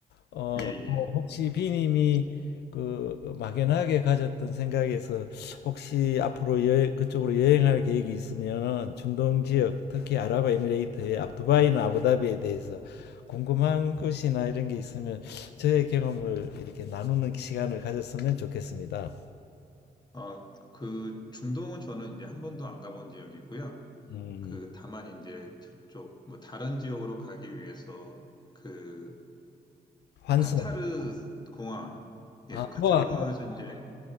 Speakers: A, on the left; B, on the left.
A: 어,
B: 예,
A: 뭐
B: 예.
A: 혹시 비님이 그 막연하게 가졌던 생각에서 혹시 앞으로 여행, 그쪽으로 여행할 계획이 있으면은 중동 지역, 특히 아랍에미레이트의 아- 두바이나 아부다비에 대해서 궁금한 것이나 이런 게 있으면 저의 경험을 이렇게 나누는 시간을 가졌으면 좋겠습니다.
B: 어, 그 중동은 저는 이제 한 번도 안 가본 지역이고요.
A: 음,
B: 그 다만 이제 저쪽 뭐 다른 지역으로 가기 위해서 그
A: 환승.
B: 카타르 공항, 예,
A: 아,
B: 카타르
A: 도하,
B: 공항에서 이제